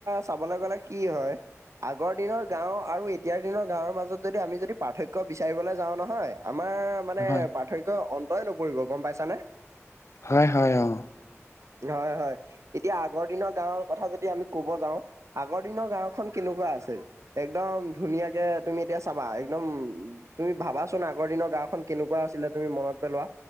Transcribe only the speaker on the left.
হয়
হয়- হয় অ।